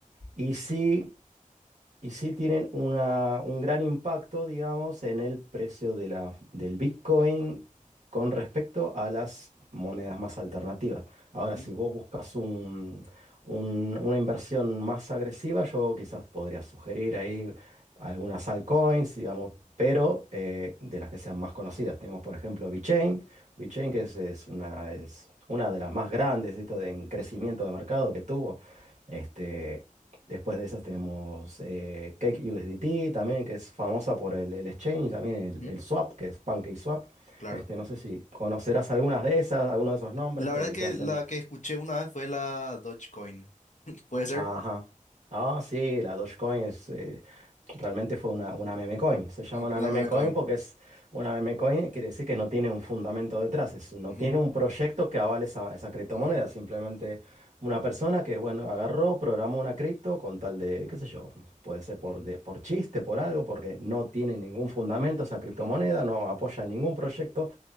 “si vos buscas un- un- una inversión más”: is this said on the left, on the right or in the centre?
Right